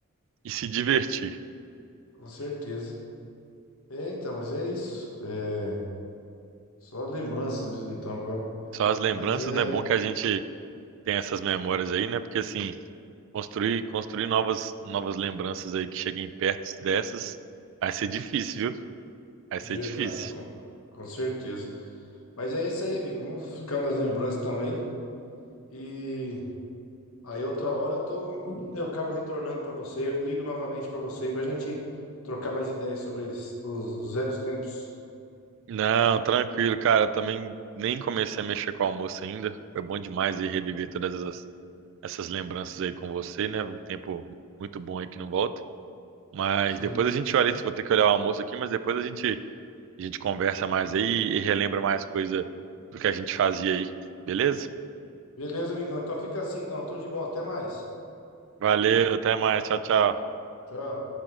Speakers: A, on the right; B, on the left.
A: e se divertir.
B: com certeza. É, então, mas é isso. É, só lembranças mesmo, então, agora.
A: São as lembranças,
B: Mas é
A: né? É Bom que a gente tem essas memórias aí, né? Porque assim, construir, construir novas, novas lembranças aí que cheguem perto dessas, vai ser difícil, viu? Vai
B: verdade,
A: ser difícil.
B: com, com certeza. Mas é isso aí, amigo. Vamos ficar nas lembranças então aí. E. Aí outra hora eu tô, eu acabo retornando para você, eu ligo novamente para você para a gente trocar mais ideias sobre os, os velhos tempos.
A: Não, tranquilo, cara. Eu Também nem comecei a mexer com o almoço ainda. Foi bom demais ir reviver todas essas, essas lembranças aí com você, né? Um tempo muito bom aí que não volta. Mas
B: Sim.
A: depois a gente olha, vou ter que olhar o almoço aqui, mas depois a gente, a gente conversa mais aí e relembra mais coisa do que a gente fazia aí. Beleza?
B: Beleza, amigão? Então fica assim, então. Tudo de bom, até mais.
A: Valeu, até mais. Tchau, tchau.
B: Tchau.